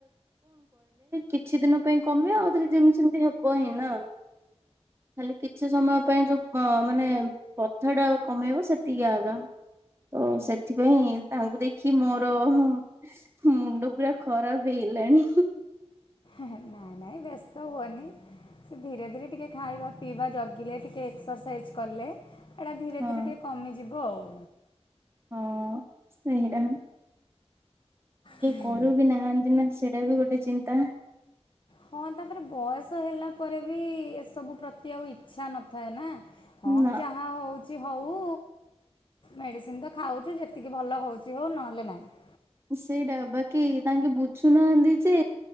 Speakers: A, on the right; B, on the left.
A: କିଛି ଦିନ ପାଇଁ କମି--ଆଉ ରେ ଯେମିତି ହେବ ହିଁ ନା। ଖାଲି କିଛି ସମୟ ପାଇଁ ମାନେ ବଥା ଟା କମେଇବ ସେତିକି ଆଗା। ତ, ସେଥିପାଇଁ ତାଙ୍କୁ ଦେଖି ମର ମୁଣ୍ଡ ପୁରା ଖରାପ୍ ହେଇ ଲାଣି।
B: ନାଇଁ ବ୍ୟସ୍ତ ହୁଅନି। ସେ ଧୀରେ ଧୀରେ ଟିକେ ଖାଇବା ପିଇବା ଜଗିଲେ, ଟିକେ ଏକ୍ସର୍ସାଇଜ୍ କଲେ। ଏଟା ଧୀରେ
A: ହଁ
B: ଧୀରେ ଟିକେ କମିଯିବ ଆଉ।
A: <inaudible>
B: ହୁଁ।
A: କରୁ ବି ନାହାନ୍ତି, ସେଇଟା ବି ଗୋଟେ ଚିନ୍ତା।
B: ହଁ, ତା'ପରେ ବୟସ ହେଲା ପରେ ବି ଏସବୁ ପ୍ରତି ଆଉ ଇଛା ନଥାଏ ନା। ହଁ,
A: ନା।
B: ଯାହା ହଉଚି ହଉ। ମେଡ଼ିସିନ୍‌ ତ ଖାଉଚୁ, ଯେତିକି ଭଲ ହଉଚି ହଉ, ନହେଲେ ନାହିଁ।
A: ସେଇଟା ବାକି ତାଙ୍କେ ବୁଝୁନାହାନ୍ତି ଯେ